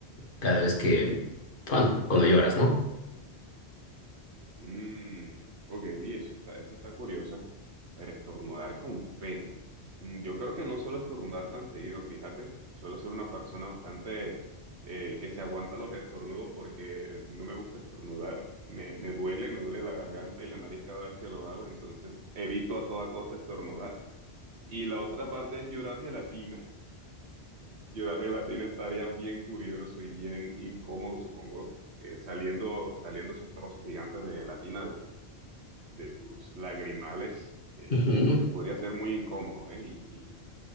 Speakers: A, on the left; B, on the right.
A: Cada vez que, cuando, cuando lloras, ¿no?
B: Mm, ok, eso está, eso está curiosa. Pero estornudar confeti. Mm, yo creo que no suelo estornudar tan seguido, fíjate. Suelo ser una persona bastante eh, que se aguanta los estornudos porque no me gusta estornudar. Me, me duele, me duele la garganta y la nariz cada vez que lo hago, entonces evito a toda costa estornudar. Y la otra parte es llorar gelatina. Llorar gelatina estaría bien curioso y bien incómodo, supongo, eh, saliendo, saliendo esos trozos gigantes de gelatina de tu de tus lagrimales, eh,
A: Ujú.
B: yo creo que podría ser muy incómodo, ¿eh? Y, y-